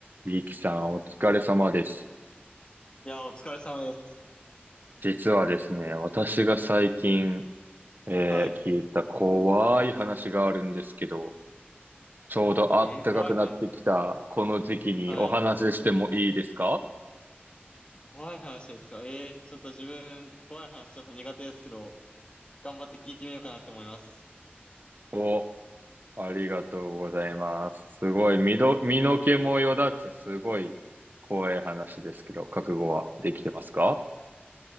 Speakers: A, on the right; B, on the left.
A: リキさん、お疲れ様です。
B: いや、お疲れ様です。
A: 実はですね、私が最近、えー聞いた怖い話があるんですけど、
B: はい。
A: ちょうど暖かくなってきたこの時期にお話ししてもいいですか
B: えー、怖い話、はい。怖い話ですか。えー、ちょっと自分、怖い話ちょっと苦手ですけど、頑張って聞いてみようかなって思います。
A: お、ありがとうございます。すごい、身ど、身の毛もよだつ、すごい怖い話ですけど、覚悟はできてますか